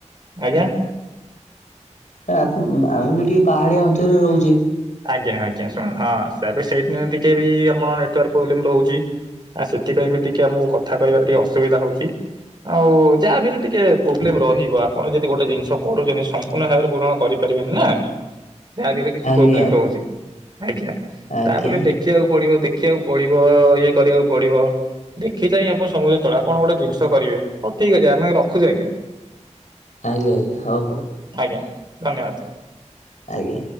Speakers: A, on the right (about 35°); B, on the left (about 80°).
A: ଆଜ୍ଞା।
B: ନାଇଁ ଅପ୍ ଆମେ ବି ଟିକେ ପାହାଡିଆ ଅଞ୍ଚଳରେ ରୋହୁଚି।
A: ଆଜ୍ଞା ଆଜ୍ଞା ଶୁଣ ହଁ ତାପରେ ବି ସେଥିଲାଗି ଟିକେ ବି ଆମର ନେଟୱର୍କ ପ୍ରୋବ୍ଲେମ ରୋହୁଛି। ଆ ସେଥିପାଇଁ ବି ଟିକେ ଆମକୁ କଥା କହିବାରେ ଟିକେ ଅସୁବିଧା ହୋଉଛି। ଆଉ ଯାହା ବି ହେଲେ ଟିକେ ପ୍ରୋବ୍ଲେମ ରହିବ। ଆପଣ ଯଦି ଗୋଟେ ଜିନିଷ କରୁଛନ୍ତି ସମ୍ପୂର୍ଣ୍ଣ ଭାବରେ ପୂରଣ କରି ପା ରିବେମି ନା ଯାହା ହେଲେ କିଛି
B: ଆଜ୍ଞା
A: ବି ପ୍ରୋବ୍ଲେମ
B: ଆଜ୍ଞା
A: ରହୁଛି। ଆଜ୍ଞା
B: ଆଜ୍ଞା
A: ତାପରେ ଦେଖିବାକୁ ପଡିବ ଦେଖ ଦେଖିବାକୁ ପଡିବ ଇଏ କରିବାକୁ ପଡିବ। ଦେଖି ଚାହିଁ ଆପଣ ସମସ୍ତଙ୍କୁ ଚଳା ଆପଣ ଗୋଟେ ଜିନିଷ କରିବେ ହୋଉ ଠିକ୍ ଅଛି ଆମେ ରଖୁଛି ଆଜ୍ଞା
B: ଆଜ୍ଞା ଆଜ୍ଞା ଆଜ୍ଞା ହଉ ହଉ
A: ଆଜ୍ଞା। ଧନ୍ୟବାଦ।
B: ଆଜ୍ଞ।